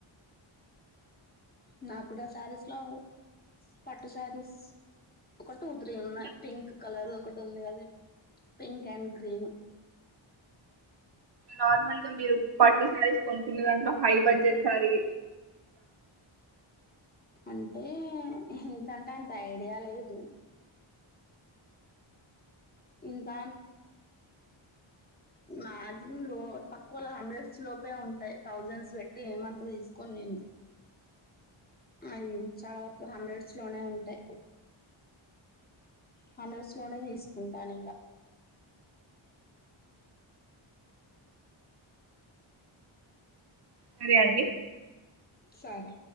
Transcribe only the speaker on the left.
నా కూడ శారీస్ లో పట్టు శారీస్ ఒక టు త్రి ఉన్నాయ్
పింక్ కలరు ఒకటి ఉంది అది పింక్ అండ్ గ్రీన్
అంటే ఎంతంటే అంత ఐడియా లేదు ఇంత మాక్సిమం లో తక్కువ లో హండ్రెడ్స్ లోపే ఉంటాయి థౌజండ్స్ పెట్టి ఏమంతా తీసుకోను నేను నావి చాల వరకు హండ్రెడ్స్ లోనే ఉంటాయి హండ్రడ్స్ లోనే తీసుకుంటాను ఇంగ
సరే